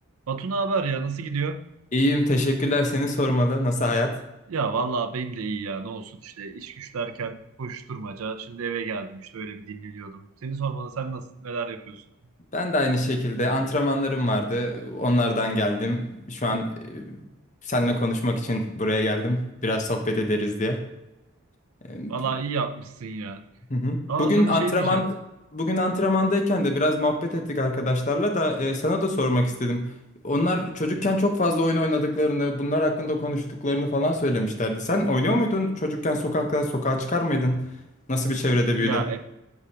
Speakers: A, on the right; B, on the left.
A: Batu ne haber ya nasıl gidiyor?
B: İyiyim, teşekkürler. Seni sormalı. Nasıl hayat?
A: Ya vallahi benim de iyi ya ne olsun işte iş güç derken koşturmaca. Şimdi eve geldim işte öyle bir dinleniyordum. Seni sormalı sen nasıl neler yapıyorsun?
B: Ben de aynı şekilde antrenmanlarım vardı. Onlardan geldim. Şu an e, seninle konuşmak için buraya geldim. Biraz sohbet ederiz diye. E,
A: Vallahi
B: bi-
A: iyi yapmışsın ya.
B: hı hı.
A: Aa
B: Bugün
A: sana
B: antrenman
A: şey diyeceğim.
B: bugün antrenmandayken de biraz muhabbet ettik arkadaşlarla da e, sana da sormak istedim. Onlar çocukken çok fazla oyun oynadıklarını, bunlar hakkında konuştuklarını falan söylemişlerdi. Sen oynuyor muydun? Çocukken sokakta sokağa çıkar mıydın? Nasıl bir çevrede
A: Ya
B: büyüdün?
A: e,